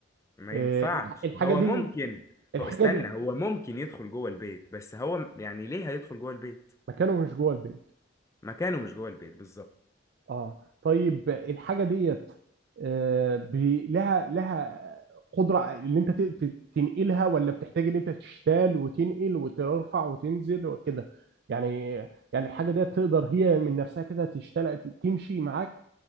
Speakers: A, on the left; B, on the right.
A: ما
B: آه،
A: ينفعش
B: الحاجه
A: هو
B: دي
A: ممكن
B: الحاجه
A: هو استنى
B: دي
A: هو ممكن يدخل جوه البيت بس هو م- يعني ليه هيدخل جوه البيت
B: مكانه مش جوه البيت
A: مكانه مش جوه البيت بالظبط
B: اه طيب الحاجه ديت آه، بي- لها لها قدره ان انت ت- ت- تنقلها ولا بتحتاج ان انت تشتال وتنقل وترفع وتنزل وكده يعني يعني الحاجه ديت تقدر هي من نفسها كده تشتال ت- تمشي معاك